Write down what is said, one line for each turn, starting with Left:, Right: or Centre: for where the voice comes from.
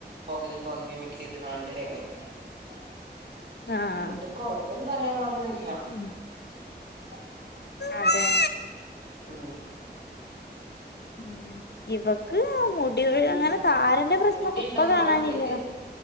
Right: പോകതിം പകുതി മിക്സെയ്ത്കാണ്ട് <unintelligible>
Left: ആഹ്
Right: ന്നട്ട് കൊർവ്ന്ന് പറയാൻ മാറ്ന്നില്ല
Left: ആഹ്
Right: പ
Left: അതെ
Right: അഹ്
Left: ഉം ഇവക്ക് ആർ മുടികൾങ്ങനെ
Right: പിന്നെ
Left: താരന്റെ പ്രശ്നന്നും
Right: മുടിണ്ടോ
Left: ഇപ്പ
Right: ഇങ്ങളെ
Left: കാണാനില്ല.
Right: കുട്ടിക്ക്